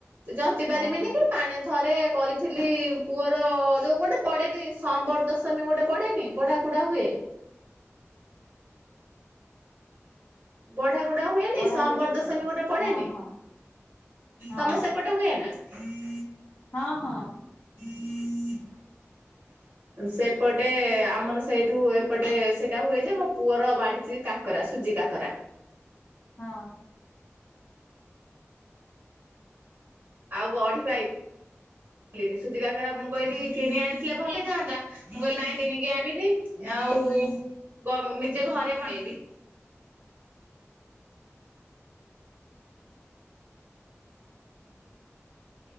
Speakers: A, on the right; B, on the left.
A: ଜନ୍ତି ପାରିବିନି
B: ହଁ।
A: କି ପାଣିଆ ଥରେ କରି ଥିଲି ପୁଅର ଯୋଉ ଗୋଟେ ପଡେନି ସମ୍ବର ଦଶମୀ ଗୋଟେ ପଡେନି ବଢା କୁଢା ହୁଏ। ବଢ଼ା ଗୋଡା ହୁଏନି
B: ବଢା
A: ସମ୍ବର
B: ହୁଏ ଯୋଉଥିରେ
A: ଦଶମୀ ଗୋଟେ ପଡେନି
B: ହଁ ହଁ ହଁ
A: ତମ ସେପଟେ ହୁଏ ନାଁ? <unintelligible>
B: ହଁ ହଁ।
A: <unintelligible> ସେପଟେ ଆମର ସେଇଠୁ ଏପଟେ ସେଇଟା ହୁଏ ଯେ ମୋ ପୁଅର ବାଢ଼ିଛି କାକରା ସୁଜି କାକରା
B: ହଁ।
A: ଆଉ ଗଢି ପାଇ ଲିନି ସୁଜି କାକରା ମୁଁ କହିଲି କିଣି ଆଣିଥିଲେ ଭଲ ହେଇଥାନ୍ତା ମୁଁ କହିଲି ନାହିଁ କିଣିକି ଆଣିବିନି ଆଉ ନିଜେ ଘରେ ବନେଇବି।